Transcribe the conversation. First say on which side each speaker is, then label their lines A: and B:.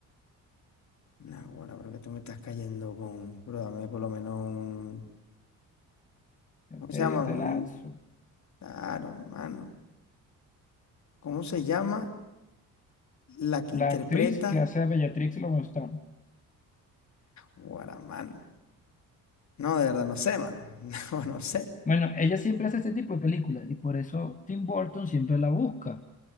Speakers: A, on the left; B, on the left.
A: No, bueno, pero que tú me estás cayendo con. Pero dame por lo menos un.
B: Yo
A: ¿Cómo
B: te,
A: se llama?
B: yo
A: Un.
B: te lanzo.
A: Claro, mano. ¿Cómo se llama la que
B: La
A: interpreta
B: actriz que hace a Bellatrix Loboston.
A: Guaramano? No, de verdad, no sé, mano. <laughs> No, no sé.
B: Bueno, ella siempre hace este tipo de películas y por eso Tim Burton siempre la busca.